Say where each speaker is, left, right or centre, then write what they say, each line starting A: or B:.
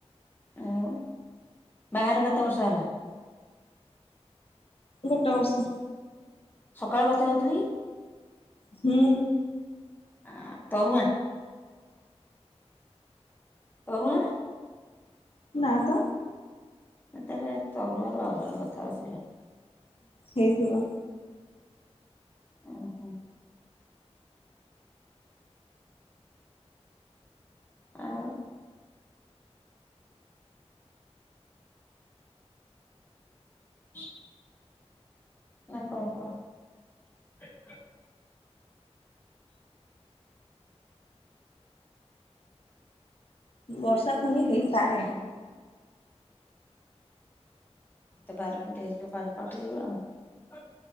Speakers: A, on the left; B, on the left.
A: ଆଉ ବାହାଘର କେତେ ବର୍ଷ ହେଲା?
B: ଗୋଟେ ବର୍ଷ।
A: ସକାଳେ କଥା ହଉଥିଲି।
B: ହୁଁ।
A: ଆ ତରୁଆ ତରୁଆ ନା?
B: ନା ତ?
A: ତାହେଲେ ତରୁଆରୁ ଆଉ ଜଣେ କଥା ହଉଥିଲେ।
B: ହେଇଥିବ।
A: ଓହୋ। ଆଉ? <inaudible> ନାଇଁ କଣ କୁହ?
B: ବର୍ଷା ପୁଣି ହେଇପାରେ।
A: ଏତେ ବାର ମିନଟ ହେଇଯିବ କଟିଯିବ ଆଉ।